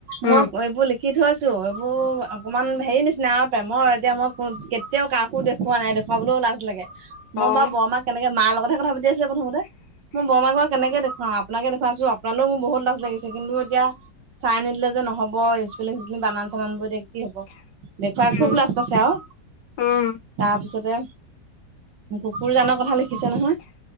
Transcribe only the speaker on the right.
মোক এইবোৰ লি লিখি থৈছোঁ এইবোৰ অকণমান হেৰি নিচিনা আও প্ৰেমৰ এতিয়া মই কেতিয়াও কাকো দেখুওৱা নাই দেখোঁ দেখুৱাবলৈ লাজ লাগে
মই বা বৰ মাক কেনেকে মা লগতে কথাাতি আছিলে প্ৰথমতে মই বৰমাক কেনেকে দেখুৱাওঁ আপোনাকে দেখুৱাইছো আপোনালৈ মোৰ বহুত লাজ লাগিছিল কিন্তু এতিয়া। চাই নিদিলে যে নহব ইস্কলে <unintelligible> বানান চান ব এতিয়া কি হব দেখুৱাই
খুব লাজ পাইছে আও
তাৰপিছততে কুকুৰজানৰ কথা লিখিছে নহয়